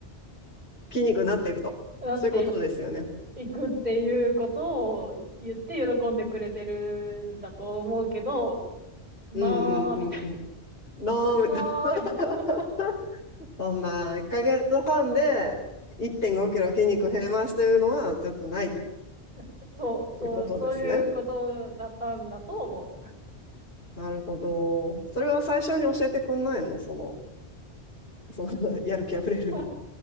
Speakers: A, on the left (about 55°); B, on the right (about 40°).
A: 筋肉になっていくと。
B: だって、
A: そういうことですよね。
B: 行くっていうことを言って喜んでくれてるんだと思うけど、なあ、
A: うんうんうんうん。
B: みたい
A: なー
B: な、なあ、
A: <laughs>
B: みたいな。
A: そんな1ヶ月半で1.5キロ筋肉減りますというのはちょっとないと
B: <laughs> そう、そう、
A: いうことですね。
B: そういうことだったんだと思う。
A: なるほど。それは最初に教えてくんないのその、その <laughs> やる気あふれる
B: <laughs>
A: <laughs>